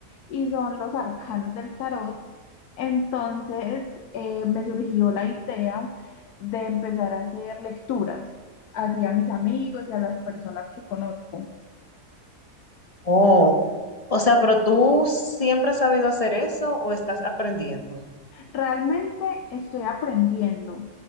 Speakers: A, on the left (about 75°); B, on the left (about 25°).
A: y son los arcanos del tarot. Entonces eh, me surgió la idea de empezar a hacer lecturas así a mis amigos y a las personas que conozco.
B: Oh, o sea, pero tú siempre has sabido hacer eso o estás aprendiendo?
A: Realmente estoy aprendiendo.